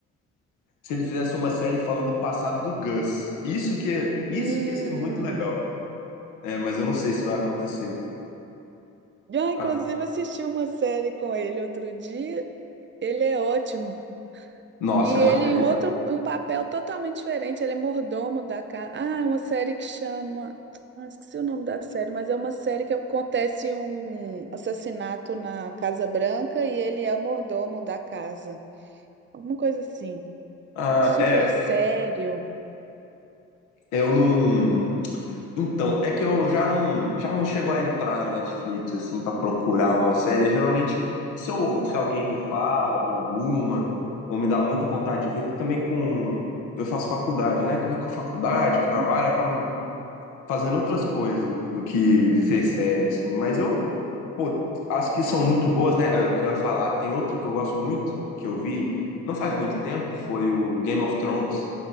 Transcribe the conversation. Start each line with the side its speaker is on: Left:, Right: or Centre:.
Left: se ele fizesse uma série falando o passado do Gus. Isso que, isso
Right: Hum.
Left: que ia ser muito legal. É, mas eu não sei se vai acontecer.
Right: Já, inclusive,
Left: Ah,
Right: assisti uma série com ele outro dia. Ele é ótimo.
Left: nossa,
Right: E ele
Left: é uma excelente.
Right: em outro, um papel totalmente diferente. Ele é mordomo da casa. Ah, uma série que chama. Ah, esqueci o nome da série, mas é uma série que acontece um assassinato na Casa Branca e ele é o mordomo da casa. Alguma coisa assim.
Left: Ah,
Right: Super
Left: é,
Right: sério.
Left: eu não. Então, é que eu já não, já não chego a entrar no Netflix assim para procurar uma série. Geralmente, se eu, se alguém me fala de alguma, ou me dá muita vontade de ver, porque também com eu faço faculdade, né? Como é que é a faculdade,
Right: Uhum.
Left: trabalho, acabo fazendo outras coisas do que
Right: Uhum.
Left: ver série, assim. Mas eu, pô, acho que são muito boas, né? É o que eu ia falar. Tem outra que eu gosto muito, que eu vi não faz muito tempo, foi o Game of Thrones.